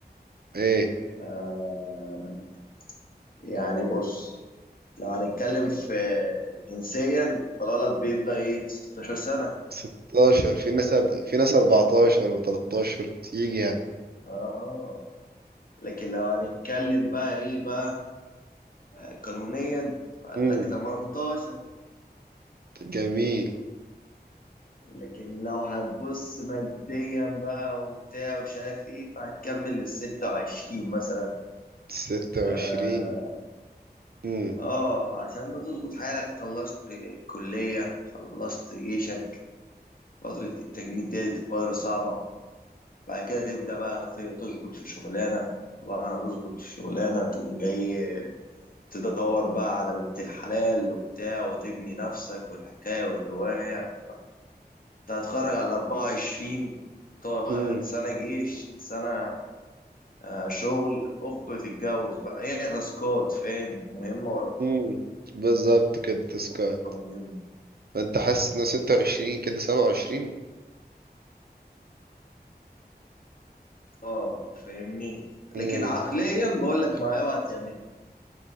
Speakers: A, on the right (about 65°); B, on the left (about 55°).
A: ايه
B: آه يعني بص لو هنتكلم في جنسيا فالولد بيبلغ ايه 16 سنه
A: 16 في ناس قبل- في ناس 14 و13 بتيجي يعني
B: اه لكن لو هنتكلم بقى ايه بقى آه، قانونيا قال
A: امم
B: لك 18
A: جميل
B: لكن لو هتبص ماديا بقى وبتاع ومش عارف ايه فهتكمل لل 26 مثلا
A: 26
B: اه
A: امم
B: آه، عشان ما تظبط حالك خلصت كلية خلصت جيشك فترة التجنيد دي, دي فترة صعبة بعد كده تبدأ بقى ت- تظبط في شغلانة وبعد ما تظبط في شغلانة تقوم جاي تدور بقى على بنت الحلال وبتاع وتبني نفسك والحكاية والرواية كنت هتخرج على 24 ط-
A: امم
B: سنة جيش سنة آه، شغل اوب تتجوز بقى هي تاسكات فاهم مهمة ورا
A: امم بالظبط كده تسكات
B: مهمة
A: فانت حاسس ان 26 كده 27
B: اه فاهمني
A: امم
B: لكن عقليا بقول لك ما اوعى تعمل